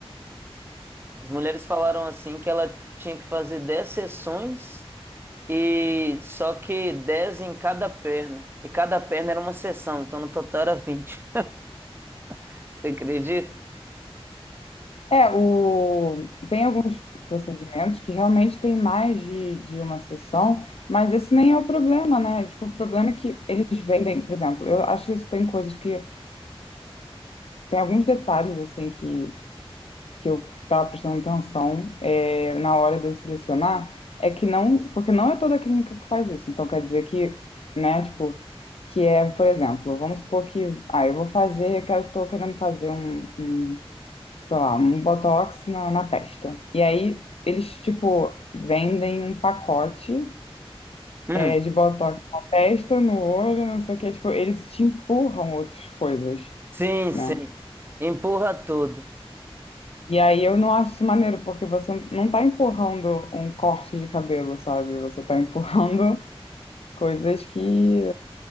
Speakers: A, on the right (about 20°); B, on the left (about 75°).
A: as mulheres falaram assim que ela tinha que fazer 10 sessões e só que 10 em cada perna. E cada perna era uma sessão, então no total era vinte <laughs> Você acredita?
B: É, o, tem alguns procedimentos que realmente tem mais de, de uma sessão, mas esse nem é o problema, né, tipo, o problema é que eles vendem, por exemplo, eu acho que isso tem coisas que Tem alguns detalhes assim que, que eu estava prestando atenção é, na hora de eu selecionar, é que não, porque não é toda clínica que faz isso. Então quer dizer que, né, tipo, que é, por exemplo, vamos supor que, ah, eu vou fazer, eu quero, tô querendo fazer um, um, sei lá, um botox na, na testa. E aí eles, tipo, vendem um pacote
A: Hum.
B: é, de botox na testa, no olho, não sei o que tipo, eles te empurram outras coisas.
A: Sim, sim.
B: né?
A: Empurra tudo.
B: E aí eu não acho isso maneiro, porque você não tá empurrando um corte de cabelo, sabe? Você tá <laughs> empurrando coisas que,